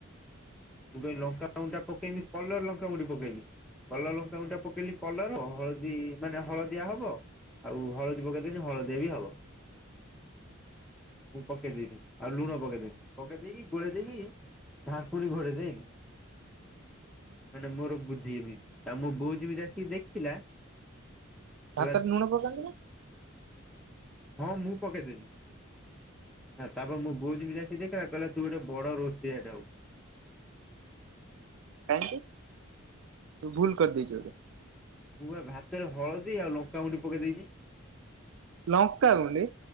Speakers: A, in the centre; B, on the right (about 65°).
A: ମୁଁ ଭାଇ ଲଙ୍କାଗୁଣ୍ଡାଟା ପକେଇନି କଲର ଲଙ୍କାଗୁଣ୍ଡି ପକେଇଲି। କଲର ଲଙ୍କାଗୁଣ୍ଡିଟା ପକେଇଲି କଲର ହଳଦୀ ମାନେ ହଳଦିଆ ହବ ଆଉ ହଳଦୀ ପକେଇଦଲେି ହଳଦିଆ ବି ହବ। ମୁଁ ପକେଇ ଦେଲି ଆଉ ଲୁଣ ପକେଇ ଦେନି ପକେଇ ଦେଇେଇକି ଗୋଳେଇ ଦେଇକି ଘା ପୁଣି ଘୋଡେଇ ଦେଇନି। ମାନେ ମୋର ବୁଦ୍ଧିମି ହେଇନି ଆଉ ମୋ ବୋଉ ଯେମିତି ଆସିକି ଦେଖିଲା କହିଲା
B: ଭାତରେ ଲୁଣ ପକାନ୍ତି ନା?
A: ହଁ ମୁଁ ପକେଇଦେ ନି ତାପରେ ମୋ ବୋଉ ଯେମିତି ଆସିକି ଦେଖିଲା କହିଲା ତୁ ଗୋଟେ ବଡ ରୋଷୋଆ ଟେ ହବୁ।
B: କାହିଁକି ତୁ ଭୁଲ କରି ଦେଇଛୁ।
A: ମୁଁ ବା ଭାତରେ ହଳଦୀ ଆଉ ଲଙ୍କାମୁଣ୍ଡି ପକେଇ ଦେଇଛି।
B: <unintelligible> ହୁଁ